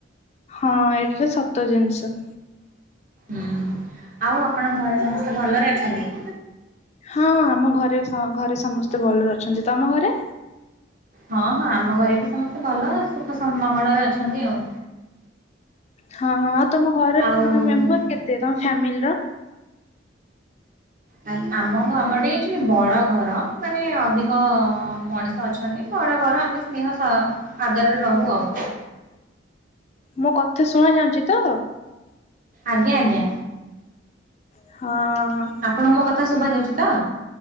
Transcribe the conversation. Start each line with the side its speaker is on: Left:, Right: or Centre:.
Left: ହଁ ଏଠିରେ ସତ ଜିନିଷ।
Right: ହୁଁ ଆଉ ଆପଣଙ୍କ ଘରେ ସମସ୍ତେ ଭଲରେ ଅଛନ୍ତି?
Left: ହଁ ଆମ ଘରେ ଘରେ ସମସ୍ତେ ଭଲରେ ଅଛନ୍ତି ତମ ଘରେ?
Right: ହଁ ହଁ ଆମ ଘରେ ବି ସମସ୍ତେ ଭଲ ସୁଖ ସମ ମଙ୍ଗଳରେ ଅଛନ୍ତି ଆଉ।
Left: ହଁ ହଁ ଆଉ ତମ ଘରେ
Right: ଆଉ
Left: ମାନେ ମେମ୍ବର କେତେ ତମ ଫ୍ୟାମିଲି ର?
Right: ଆ ଆମ ଗମେଟେ ଏଇଠି ବଡ ଘର ମାନେ ଅଧିକ ମଣିଷ ଅଛି। ଥାନ୍ତି ବଡ ଘର ଆମେ ସ୍ନେହ ସ ଆଦରରେ ରହୁ ଆଉ।
Left: ମୋ କଥା ଶୁଣା ଯାଉଚି ତ
Right: ଆଜ୍ଞା ଆଜ୍ଞା।
Left: ହଁ।
Right: ଆପଣଙ୍କୁ ମୋ କଥା ଶୁଭା ଯାଉଚି ତ